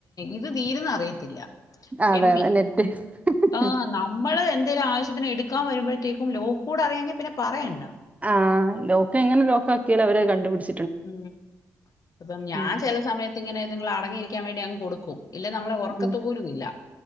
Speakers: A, on the left; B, on the right.
A: ഇത് തീര്ന്ന അറിയത്തില്ല
B: അതെ
A: എം ബി
B: അതെ നെറ്റ് ഹ്
A: ആ
B: ഹ്
A: നമ്മള് എന്തേലും ആവശത്തിന് എടുക്കാൻ വരുമ്പഴത്തേക്കും ലോക്കൂടെ അറിയാങ്കി പിന്നെ പറയണ്ട
B: ആ ലോക്ക് എങ്ങനെ ലോക്ക ആക്കിയാലും അവര് അത് കണ്ടുപിടിച്ച്
A: ഉം അപ്പം ഞാൻ
B: ഉം
A: ചെല സമയത്ത് ഇങ്ങനെ ഇതുങ്ങൾ അടങ്ങിയിരി രിക്കാൻ വേണ്ടി അങ്ങ് കൊടുക്കും ഇല്ലേ നമ്മളെ ഉറക്കത്ത്
B: ഉം
A: പോലും ഇല്ല